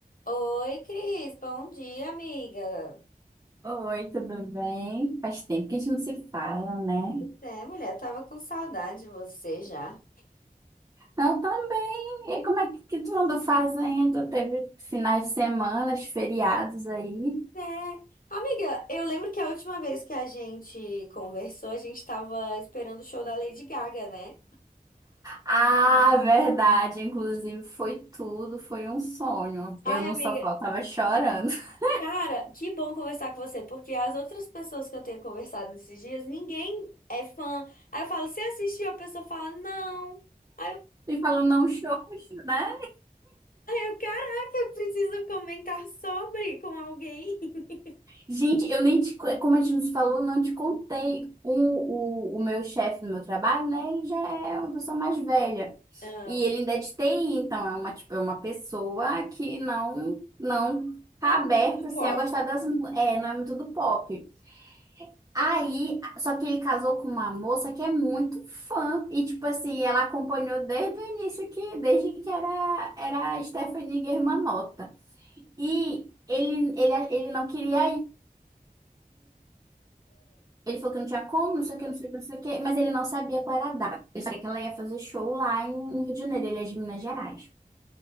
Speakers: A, on the left; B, on the right.
A: Oi, Cris, bom dia, amiga.
B: Oi, tudo bem? Faz tempo que a gente não se fala, né?
A: É, mulher, eu tava com saudade de você já.
B: Eu também. E como é que que tu andou fazendo? Teve finais de semana, feriados aí?
A: É, amiga, eu lembro que a última vez que a gente conversou, a gente tava esperando o show da Lady Gaga, né?
B: Ah, verdade. Inclusive, foi tudo. Foi um sonho.
A: Ai,
B: Eu não
A: amiga,
B: só faltava chorando. <laughs>
A: cara, que bom conversar com você, porque as outras pessoas que eu tenho conversado nesses dias, ninguém é fã. Aí eu falo, você assistiu? A pessoa fala, não. Aí eu,
B: E falou, não choro, né?
A: aí eu, caraca, eu preciso comentar sobre com alguém. <laughs>
B: Gente, eu nem te, como a gente nos falou, eu não te contei. O, o, o meu chefe do meu trabalho, né? Ele já é uma pessoa mais velha.
A: Ah,
B: E ele ainda é de TI, então é uma, tipo, é uma pessoa que não, não tá
A: É muito
B: aberta,
A: do
B: assim,
A: pop.
B: a gostar das... mu- É, não é muito do pop. Aí, só que ele casou com uma moça que é muito fã. E, tipo assim, ela acompanhou desde o início, que, desde que era, era a Stephanie Germanotta. E ele, ele, ele não queria ir. Ele falou que não tinha como, não sei o que, não sei o que, não sei o que, mas ele não sabia qual era a data. Ele sabia que ela ia fazer show lá em- no Rio de Janeiro, ele é de Minas Gerais.